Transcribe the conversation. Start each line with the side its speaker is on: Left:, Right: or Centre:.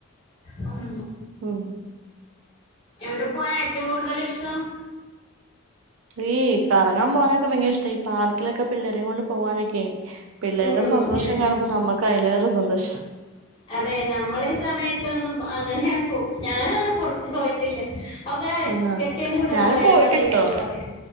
Left: ഉം
Right: ഓഹ്
Left: എവിടെ പോയാൻ ഏറ്റവും കൂടുതൽ ഇഷ്ടം
Right: ഈ. കറങ്ങാൻ പോകാനൊക്കെ ഭയങ്കര ഇഷ്ട ഈ പാർക്കിലൊക്കെ പിള്ളേരെകൊണ്ട് പോവനൊക്കെ.. പിള്ളേരുടെ
Left: ഉം
Right: സന്തോഷം
Left: ഏഹ്
Right: കാണുമ്പോ നമ്മക്ക് അതിലേറെ സന്തോഷ..
Left: അതെ നമ്മളീ സമയത്തൊന്നും അങ്ങനെ പോ ഞാനൊന്നും പൊറത്തു പോയിട്ടില്ല.. അതെ
Right: ആഹ്
Left: കെട്ട്യോന്റെ കൂടെ
Right: ഞാനും
Left: പോയാ
Right: പോയിട്ടില്ലട്ടോ
Left: മതി ന്നൊക്കെ പറയു